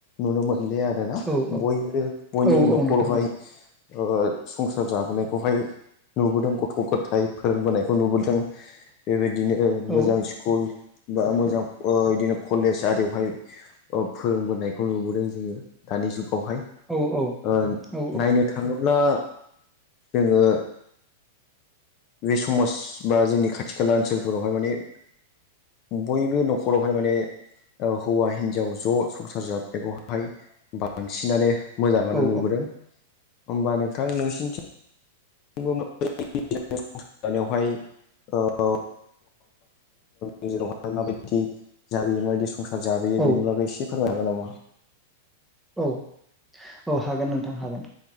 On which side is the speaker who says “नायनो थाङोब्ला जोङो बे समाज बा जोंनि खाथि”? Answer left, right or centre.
Left